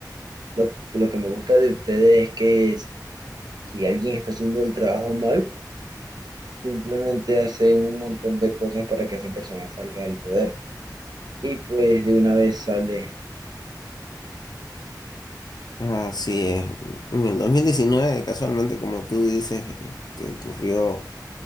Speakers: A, on the right; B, on the left.
A: lo, lo que me gusta de ustedes es que si alguien está haciendo el trabajo mal, simplemente hacen un montón de cosas para que esa persona salga del poder y pues de una vez sale.
B: Así es. En el 2019 casualmente, como tú dices, eh, te ocurrió